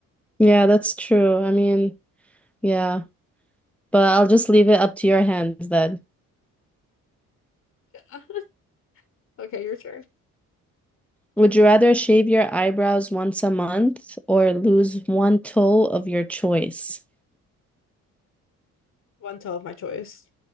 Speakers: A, in the centre; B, on the left.
A: Yeah, that's true. I mean, yeah. but I'll just leave it up to your hands then.
B: <laughs> Okay, your turn.
A: Would you rather shave your eyebrows once a month or lose one toe of your choice?
B: One toe of my choice.